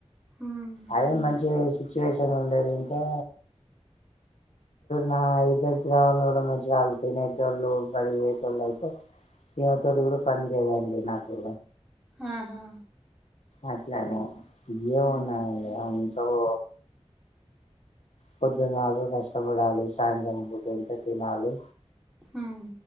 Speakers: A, in the centre; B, on the left.
A: ఉమ్,
B: అదే మంచి సిట్యుయేషన్ ఉండేది ఇంకా నా ఇద్దరికి రావడం కూడా మంచిగా వాళ్ళు తినేటోళ్ళు బడియేటోళ్ళు అయితే ఈమ తోటి కూడా పని లేదండి నాకు
A: ఆహా
B: అట్లాని ఇయా
A: ఉమ్,
B: మను అయిని సౌవ్ పొద్దున్నలు కష్టపడాలి సాయంత్రం పూట ఇంత తినాలి
A: ఉమ్,